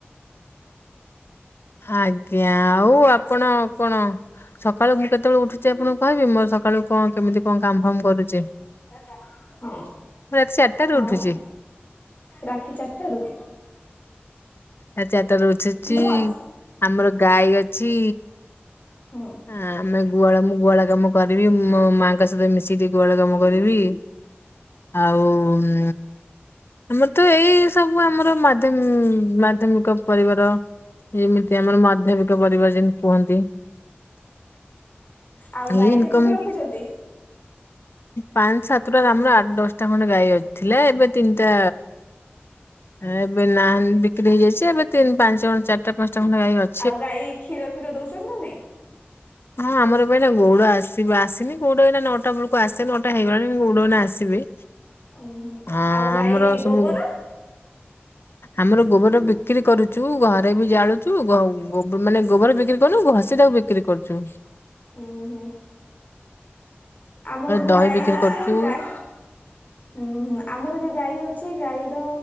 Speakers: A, on the left; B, on the left.
A: ଆଜ୍ଞା ଆଉ ଆପଣ କଣ ସକାଳୁ ମୁଁ କେତେବେଳେ ଉଠୁଛି ଆପଣଙ୍କୁ କହିବି ମୋର ସକାଳୁ କଣ କେମିତି କଣ କାମ ଫାମ କରୁଛି?
B: <unintelligible> ହଁ।
A: ମୁଁ ରାତି ଚାରିଟାରୁ
B: ହଁ
A: ଉଠୁଛି।
B: ରାତି ଚାରିଟାରୁ।
A: ରାତି ଚାରିଟା ରୁ ଉଠୁଛି
B: ମୁଁ ଅଛି
A: ଆମର ଗାଈ ଅଛି।
B: ହୁଁ।
A: ହ ଆମେ ଗୁଆଳ ମୁ ଗୁଆଳ କାମ କରିବି ମୋ ମାଆଙ୍କ ସହିତ ମିଶିକି ଟି ଗୁହାଳ କାମ କରିବି। ଆଉ ଉଁ ଆମର ତ ଏଇ ସବୁ ଆମର ମାଧ୍ୟ ମାଧ୍ୟମିକ ପରିବାର ଏମିତି ଆମର ମାଧ୍ୟମିକ ପରିବାର ଯେମିତି କୁହନ୍ତି।
B: ଆଉ ଗାଈ
A: ଏଇ
B: କେତୋଟି
A: ନକମ୍
B: ରଖିଛନ୍ତି?
A: ପାଞ୍ଚ ସାତଟା ଆମର ଆଠ ଦଶଟା ଖଣ୍ଡେ ଗାଈ ଅଥିଲେ ଏବେ ତିନିଟା। ଏବେ ନା ବିକ୍ରି ହେଇଯାଇଛି ଏବେ ତିନି ପାଞ୍ଚଣ ଚାରିଟା ପାଞ୍ଚଟା ଖଣ୍ଡ ଗାଇ ଅଛି।
B: ଆଉ ଗାଈ କ୍ଷୀର ଫୀର ଦଉଛନ୍ତି ନା ନାଇଁ।
A: ହଁ ଆମର ପାଇଁ ନା ଗୌଡ ଆସିବ ଆସିନି ଗୋଡ ଏନା ନଅଟା ବେଳକୁ ଆସେ ନଅଟା ହେଇଗଲାଣି ଗୋଡନା ଆସିବେ।
B: ଓହୋ
A: ଆ
B: ଆଉ ଗାଈ
A: ଆମର ସବୁ
B: ଗୋବର।
A: ଆମର ଗୋବର ବିକ୍ରି କରୁଛୁ ଘରେ ବି ଜାଳୁଛୁ ଗୋ ମାନେ ଗୋବର ବିକ୍ରି କରୁନୁ ଘଷିଟାକୁ ବିକ କ୍ରି କରୁଛୁ।
B: ହୁଁ ହୁଁ। ଆମର ବି
A: ଦହି
B: ଗାଈ
A: ବିକ୍ରି
B: ଅଛି
A: କରୁଛୁ।
B: ଗାଈ ଉଁ ହୁଁ ଆମର ବି ଗାଈ ଅଛି ଗାଈର